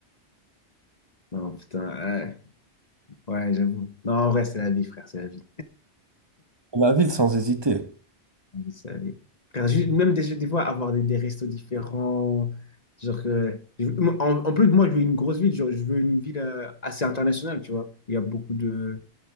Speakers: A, on the left; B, on the right.
A: Non, putain, ouais, ouais, j'avoue. Non, en vrai, c'est la vie, frère, c'est la vie.
B: La ville sans hésiter.
A: Vous savez. Car juste- même des, des fois, avoir des, des restos différents. Genre que- je- en, en plus, moi, je veux une grosse ville. Genre, je veux une ville euh, assez internationale, tu vois. Il y a beaucoup de,